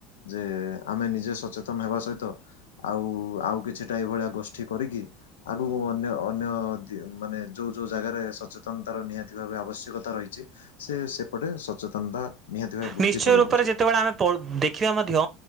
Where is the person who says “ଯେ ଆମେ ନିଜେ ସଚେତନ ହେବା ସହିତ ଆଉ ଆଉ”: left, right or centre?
Left